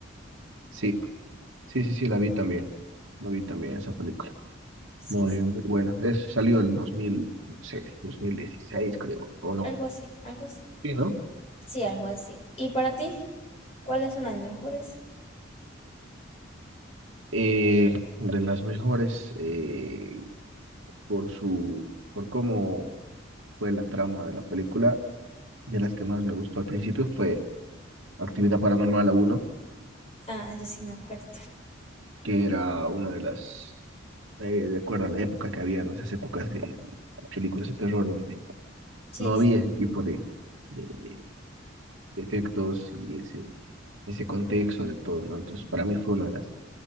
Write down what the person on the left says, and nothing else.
Sí,
sí.
Algo así, algo así.
Sí, algo así. ¿Y para ti? ¿Cuáles son las mejores?
Ah, yo sí me acuerdo.
Sí,
sí,